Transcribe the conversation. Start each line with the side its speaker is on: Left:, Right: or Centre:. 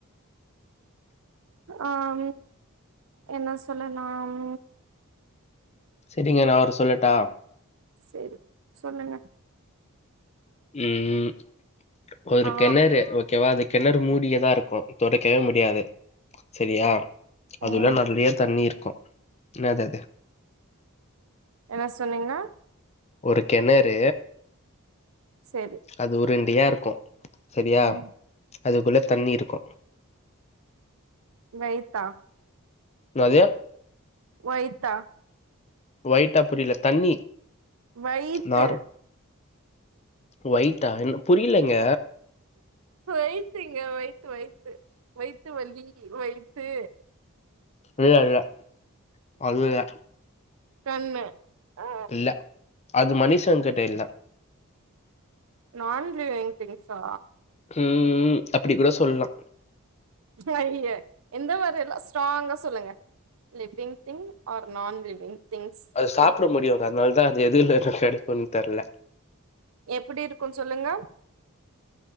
Right: ஆம் என்ன சொல்லலாம்
Left: சரிங்க நா அவர் சொல்லட்டா
Right: சரி சொல்லுங்க
Left: ம் ஒரு
Right: ஆ
Left: கெண்ணறு ஓகேவா அது கெணறு மூடியதா இருக்கு தொறக்கவே முடியாது சரியா அது
Right: ம்
Left: உள்ள நெறய தண்ணி இருக்கு என்னாதது
Right: என்ன சொல்லுங்க
Left: ஒரு கெணறு
Right: செரி
Left: அது உருண்டயா இருக்கு சரியா
Right: ம்
Left: அதுக்குள்ள தண்ணி இருக்கு
Right: வெயத்தா
Left: என்னாது
Right: ஒய்த்தா
Left: ஒயிட்டா புரியல தண்ணி
Right: வயித்து
Left: நார் ஒயிட்டா எனக் புரிலங்க
Right: வயித்துங்க வயித்து வயித்து வயித்து வலி வயித்து
Left: இல்ல இல்ல அது இல்ல
Right: கண்ணு அ
Left: இல்ல அது மனுஷன் கிட்ட இல்ல
Right: நான் லீவிங் திங்ஸா
Left: ம் ம் அப்படி கூட சொல்லா
Right: ஐய எந்த விரல்லா ஸ்ட்ராங்கா சொல்லுங்க லிவிங் திங்க் ஆர் நான் லிவிங் திங்ஸ்
Left: அது சாப்ட
Right: எது
Left: முடியு அதுனாலதா அது எதுவுலருந்து கிடைக்குன் தெர்ல
Right: எப்டி இருக்குன் சொல்லுங்க